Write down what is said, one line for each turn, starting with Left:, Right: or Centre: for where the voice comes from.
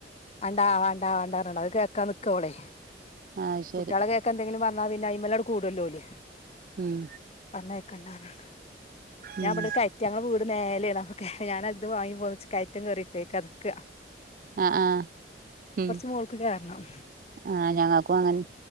Left: അണ്ടാ വാണ്ടാ വാണ്ടാർഞ്ഞങ്ങണ്ട് അത് കേക്കാ ക്കവ്ടെ
Right: ആ ശരി
Left: കുട്ട്യാളെ കേക്ക എന്തെങ്കിലും പർഞ്ഞാ പിന്നെ അയ്മലട് കൂടുല്ലോല്.
Right: ഉം
Left: പർഞ്ഞയ്ക്കണ്ടർഞാണ്ട്
Right: ഉം
Left: ഞാബ്ട്ക്കയ്. ഞങ്ങള വീട് മേലെണ് അപ്പൊ കേയ ഞാനാത് വാങ്ങി പോന്നിച്ച് കയറ്റം കേറീട്ടെ കെത്ക്ക.
Right: അ ആഹ് ഉം
Left: മോൾക്ക് കേറണം
Right: ആഹ് ഞങ്ങക്കു അങ്ങനെ